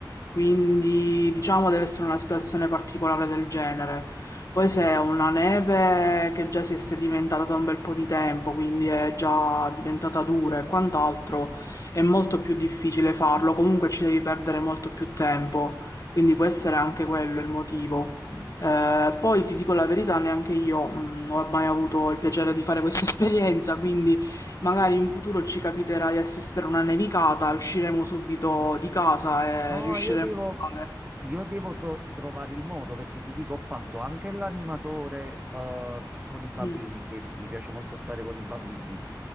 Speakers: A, on the left; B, on the right.
A: quindi diciamo deve essere una situazione particolare del genere. Poi se è una neve che già si è sedimentata da un bel po' di tempo, quindi è già diventata dura e quant'altro, è molto più difficile farlo, comunque ci devi perdere molto più tempo, quindi può essere anche quello il motivo. Eh, poi ti dico la verità, neanche io mh, non ho mai avuto il piacere di fare <laughs> questa esperienza, quindi magari in futuro ci capiterà di assistere a una nevicata, usciremo subito di casa e
B: No,
A: riusciremo
B: io devo,
A: a fare.
B: io devo to- trovare il modo perché ti dico, ho fatto anche l'animatore eh, con i bambini,
A: Mm,
B: che mi piace molto stare con i bambini.